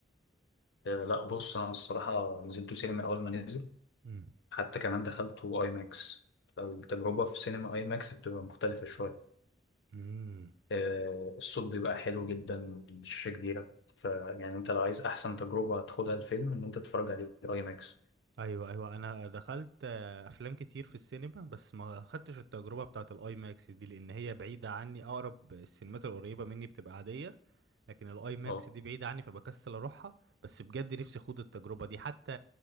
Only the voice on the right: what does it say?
امم
امم
ايوه ايوه انا دخلت آه، افلام كتير في السينما بس ما خدتش التجربه بتاعه الاي ماكس دي لان هي بعيده عني اقرب السينمات القريبه مني بتبقى عاديه لكن الاي ماكس
دي بعيدة عني فبكسل اروحها بس بجد نفسي اخوض التجربة دي حتى